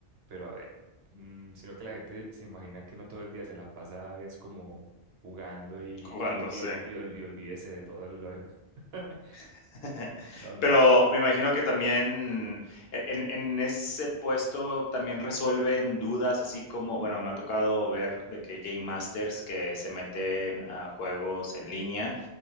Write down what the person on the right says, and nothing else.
pero a ver, mm, sino que la gente se imagina que no todo el día se la pasa es como jugando y,
y, y,
ol- y ol- y olvídese de todo lo demás. <laughs>
No, no,